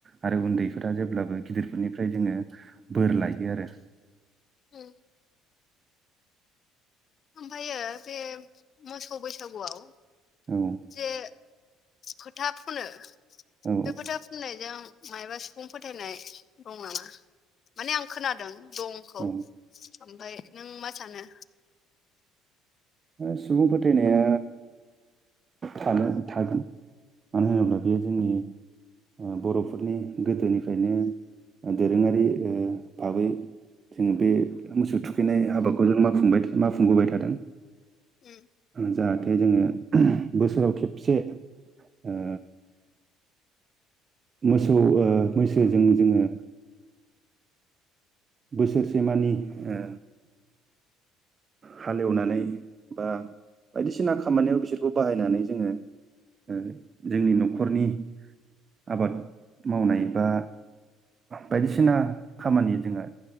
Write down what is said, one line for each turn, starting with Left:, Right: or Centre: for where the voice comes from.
Right: आरो उन्दैफोरा जेब्लाबो गिदिरफोरनिफ्राय जोङो बोर लायो आरो।
Left: उम। ओमफायो बे मोसौ बैसागुआव
Right: औ
Left: जे फोथा फुनो,
Right: औ
Left: बे फोथा फुननायजों मायबा सिफुं फोथायनाय दं नामा? माने आं खोनादों दंखौ।
Right: औ
Left: ओमफाय नों मा सानो?
Right: ओ सुबुं फोथायनाया थानो थागोन। मानो होनोब्ला बेयो जोंनि ओ बर'फोरनि गोदोनिफ्रायनो दोरोङारि ओ भाबै जोङो बे मोसौ थुखैनाय हाबाखौ जों मावफुंबाय था मावफुंबोबाय थादों।
Left: उम।
Right: जाहाथे जोङो ओम बोसोराव खेबसे ओ मोसौ ओ मैसोजों जोङो बोसोरसे मानि ओ हालेवनानै बा बायदिसिना खामानियाव बिसोर खौ बाहायनानै जोङो ओ जोंनि न'खरनि आबाद मावनाय बा बायदिसिना खामानि जोङो